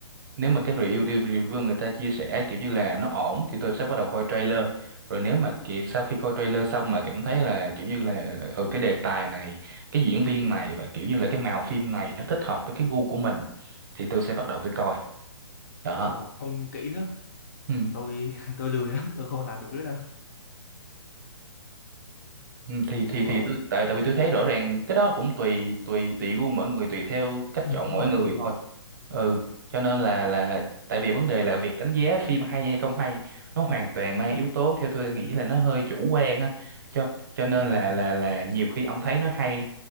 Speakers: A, on the right; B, on the left.
A: nếu mà
B: à
A: các review đi- review người ta chia sẻ kiểu như là nó ổn thì tôi sẽ bắt đầu coi trailer rồi nếu mà kì- sau khi coi trailer xong mà cảm thấy là kiểu như là ừ cái đề tài này cái diễn viên này và kiểu như là cái màu phim này nó thích hợp với cái gu của mình thì tôi sẽ bắt đầu tôi coi đó
B: ồ ông kỹ đó
A: ừ
B: tôi <laughs> tôi lười lắm tôi không làm được nữa đâu
A: Ừ, thì thì thì
B: ồ
A: tôi tại tại vì tôi thấy rõ ràng cái đó cũng tùy tùy tùy gu mỗi người tùy theo cách
B: ừ,
A: chọn
B: đúng
A: mỗi
B: rồi
A: người
B: tôi
A: thôi ừ
B: đúng rồi
A: cho nên là là tại vì vấn đề là việc đánh giá phim hay hay không hay nó hoàn toàn mang yếu tố theo tôi nghĩ là nó hơi chủ quan á cho cho nên
B: ừ,
A: là là là nhiều khi ông thấy nó hay